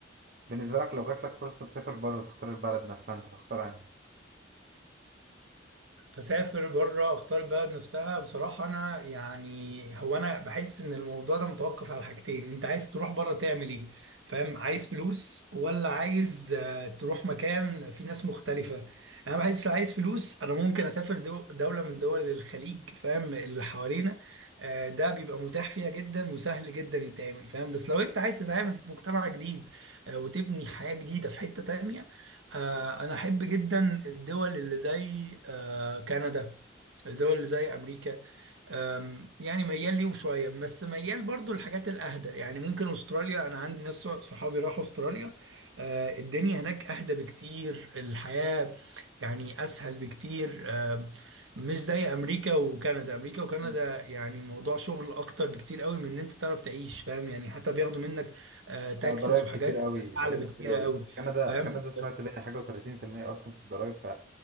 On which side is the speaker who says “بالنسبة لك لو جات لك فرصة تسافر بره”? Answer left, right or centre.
Right